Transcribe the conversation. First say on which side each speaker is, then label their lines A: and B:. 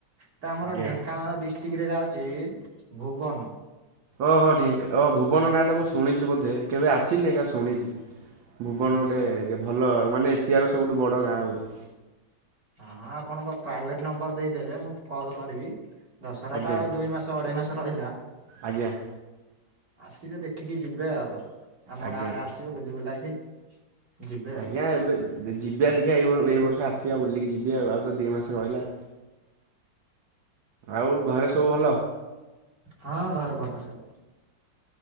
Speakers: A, on the right; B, on the right.
A: ତ ଆମର
B: ଆଜ୍ଞା
A: ଢେଙ୍କାନାଳ ଡିଷ୍ଟ୍ <unintelligible> ଯାଉଚି ଭୁବନ।
B: ଓହୋ ଢେଙ୍କ୍- ଭୁବନ ନାଁ ଟା ମୁଁ ଶୁଣିଚି ବୋଧେ କେବେ ଆସିନି ଏକା ଶୁଣିଚି। ଭୁବନ
A: ଆଚ୍ଛା
B: ଗୋଟେ କେ- ଭଲ ମାନେ ଏସିଆର ସବୁଠୁ ବଡ ଗାଁ ବୋଲି।
A: ହଁଁ ଆପଣଙ୍କ ପ୍ରାଇଭେଟ୍ ନମ୍ବର ଦେଇ ଦେବେ ମୁଁ କଲ୍ କରିବି ଦଶରା
B: ଆଜ୍ଞା
A: ତ ଆଉ ଦୁଇ ମାସ ଅଢେଇ ମାସ ରହିଲା
B: ଆଜ୍ଞା
A: ଆସିବେ ଦେଖିକି ଯିବେ ଆଉ ଆମ
B: ଆଜ୍ଞା।
A: ଗାଁ ଆଡେ ଆସିବେ ବୁଲି ବୁଲାକି ଯିବେ ଆଉ
B: ଆଜ୍ଞା ଏବେ ଯିବା ଦେଖିବା ଏ ଏଇ ବର୍ଷ ଆସିବା ବୁଲିକି ଯିବି ଆଉ ଆଉ ତ ଦିଇ ମାସ ରହିଲା। ଆଉ ଘରେ ସବୁ ଭଲ?
A: ହଁ ଘରେ ଭଲ ସବୁ।